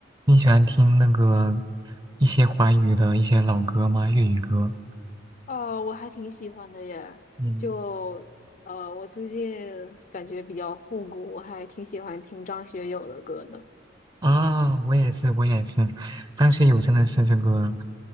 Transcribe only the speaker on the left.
哦，我还挺喜欢的耶，
就呃，我最近感觉比较复古，我还挺喜欢听张学友的歌的。